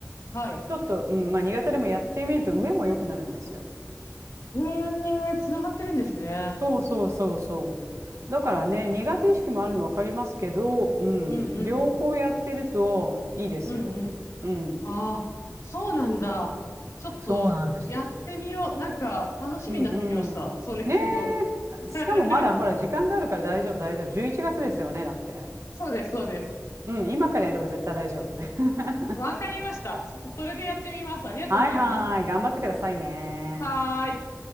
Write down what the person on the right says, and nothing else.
ちょっと、うん、まあ苦手でもやってみると、上も良くなるんですよ。
そうそうそうそう。だからね、苦手意識もあるの分かりますけど、うん、
両方やってるといいですよ。
うん、
そうなんです。
うんうん。
ねえ、しかもまだほら、
時間があるから大丈夫、大丈夫。11月ですよね、だって。
うん、今からやれば絶対大丈夫。<laughs>
はいはい、頑張ってくださいね。